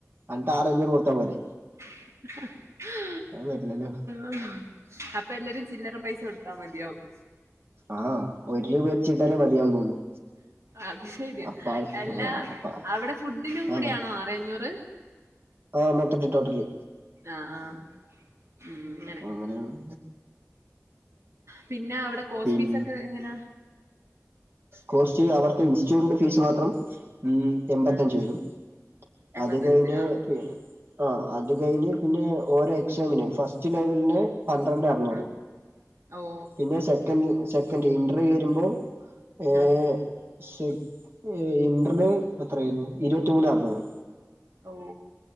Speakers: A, on the right (about 45°); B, on the right (about 60°).
A: <unintelligible> ആരെ അഞ്ചൂറ് കൊടുത്താ പോരെ
B: <unintelligible>
A: അത് വല്ലല്ലോ
B: ആഹ് അപ്പൊ എല്ലാരും ചില്ലറ പൈസ കൊടുത്താ മതിയാവും
A: ആ ഒരു രൂപ വെച്ചിട്ടാലേ മതിയാവുന്ന് തോന്നുന്നു
B: അത് ശരിയാ
A: അപ്പ ആള്
B: എല്ലാ
A: അപ്പ
B: അവിടെ ഫുഡിനും
A: ആ
B: കൂടിണോ ആരെ അഞ്ഞൂറ്
A: ആഹ മൊത്തത്തില് ടോട്ടല്
B: ആഹ ആഹ ഉ അങ്ങനെ
A: അപ്പ അങ്ങനെയാണ്
B: പിന്നെ അവിടെ കോസ്ഫീസ്
A: പിൻ
B: ഒക്കെ എങ്ങനാ
A: കോഴസ്റ്റ് അവർത്തെ ഇൻസ്റ്റിറ്റ്യൂട്ടിന്റെ ഫീസ് മാത്രം ഉ എൺപത്തഞ്ച്
B: ആ
A: വരും
B: എൺപത്തഞ്ച്
A: അത് കഴിഞ്
B: ആ
A: പി ആ അത് കഴിഞ്ഞ് പിന്നെ ഓരോ എക്സാമിനും ഫസ്റ്റ് ഫാസ്റ്റ് ലെവലിന് പന്ത്രണ്ട് അറുന്നൂറ്
B: ആ ഓ
A: പിന്നെ സെക്കൻ് സെക്കൻഡ് ഇന്റർവ്യൂ വരുമ്പോൾ ഏെ
B: ആ
A: ശേ ഇന്റർന് ഏത്രയരുന്നു ഇരുപത്തി മൂന്ന് അറനൂറ്
B: ഓ